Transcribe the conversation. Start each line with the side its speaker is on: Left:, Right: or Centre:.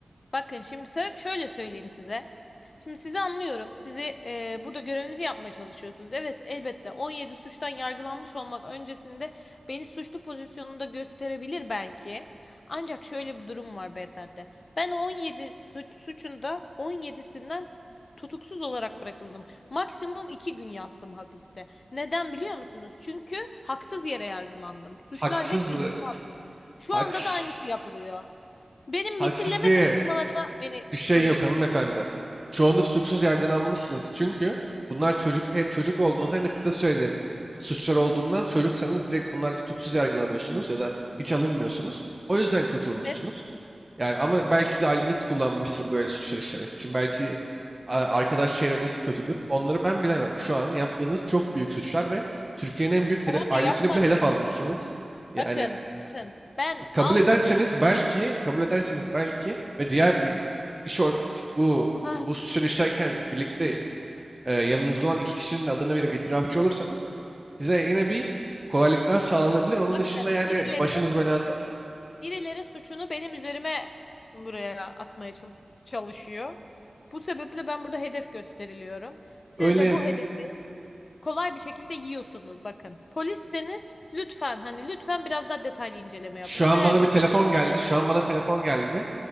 Left: Bakın şimdi sö- şöyle söyleyeyim size. Şimdi sizi anlıyorum. Sizi e, burada görevinizi yapmaya çalışıyorsunuz. Evet elbette 17 suçtan yargılanmış olmak öncesinde beni suçlu pozisyonunda gösterebilir belki. Ancak şöyle bir durum var beyefendi. Ben o 17 su- suçunda 17'sinden tutuksuz olarak bırakıldım. Maksimum 2 gün yattım hapiste. Neden biliyor musunuz? Çünkü haksız yere yargılandım. Suçlar
Right: Haksız,
Left: hep üzerime
Right: e,
Left: atıldı. Şu
Right: haksız,
Left: anda da aynısı yapılıyor. Benim
Right: haksız
Left: misilleme
Right: diye
Left: çalışmalarıma beni
Right: bir şey
Left: koyuyorsunuz.
Right: yok hanımefendi. Çoğunda tutuksuz yargılanmışsınız. Çünkü bunlar çocuk hem çocuk olduğunuz hem de kısa süreli suçlar olduğundan çocuksanız direkt bunlar tutuksuz yargılanıyorsunuz ya da hiç alınmıyorsunuz. O yüzden kurtulmuşsunuz.
Left: Evet,
Right: Yani ama belki siz aileniz kullanmıştır böyle suçlar işlemek için. Belki a- arkadaş çevreniz kötüdür. Onları ben bilemem. Şu an yaptığınız çok büyük suçlar ve Türkiye'nin en büyük
Left: tamam
Right: hede- ailesini
Left: da yapmadım.
Right: bile hedef almışsınız. Yani
Left: Bakın, bakın. Ben
Right: kabul
Left: almadım.
Right: ederseniz belki, kabul ederseniz belki ve diğer e, iş or- bu
Left: Ah,
Right: bu suçları işlerken birlikte e, yanınızda olan iki kişinin de adını verip itirafçı olursanız size yine bir kolaylıklar sağlanabilir. Onun
Left: bakın
Right: dışında yani
Left: birileri
Right: başınız belada.
Left: birileri suçunu benim üzerime buraya atmaya çal- çalışıyor. Bu sebeple ben burada hedef gösteriliyorum. Siz
Right: Öyle
Left: de bu hedefi kolay bir şekilde yiyorsunuz bakın. Polisseniz lütfen hani lütfen biraz daha detaylı inceleme yapın
Right: şu
Left: ama
Right: an
Left: eğer
Right: bana
Left: dedektifseniz
Right: bir telefon geldi. Şu an bana telefon geldi.